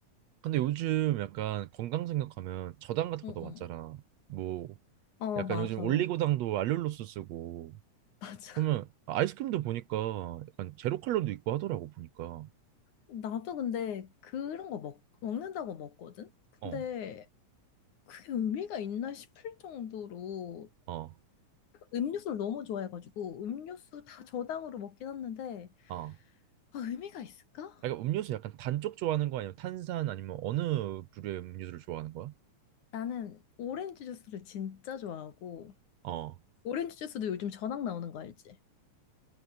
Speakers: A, on the right; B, on the left.
A: 근데 요즘 약간 건강 생각하면 저당 같은
B: 응,
A: 것도
B: 응.
A: 왔잖아. 뭐
B: 어,
A: 약간
B: 맞아.
A: 요즘 올리고당도 알룰로스 쓰고
B: 맞아.
A: 그러면 아이스크림도 보니까 약간 제로 칼로리도 있고 하더라고 보니까.
B: 나도 근데 그런 거 먹, 먹는다고 먹거든? 근데
A: 어,
B: 그게 의미가 있나 싶을 정도로
A: 어,
B: 음료수를 너무 좋아해가지고 음료수 다 저당으로 먹긴 했는데
A: 어.
B: 아, 의미가 있을까?
A: 약간 음료수 약간 단쪽 좋아하는 거 아니면 탄산 아니면 어느 부류의 음료수를 좋아하는 거야?
B: 나는 오렌지 주스를 진짜 좋아하고
A: 어.
B: 오렌지 주스도 요즘 저당 나오는 거 알지?